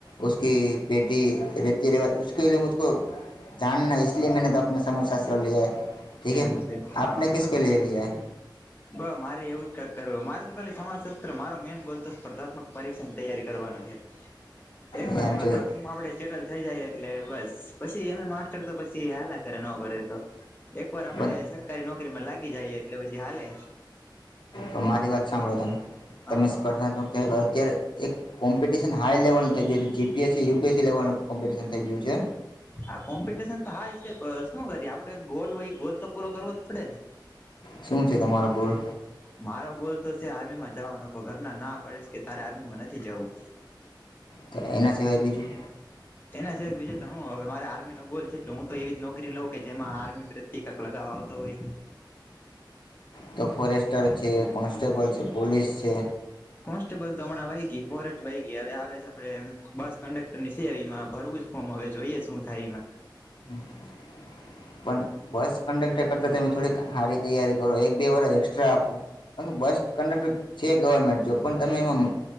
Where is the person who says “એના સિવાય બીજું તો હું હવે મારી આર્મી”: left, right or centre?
Left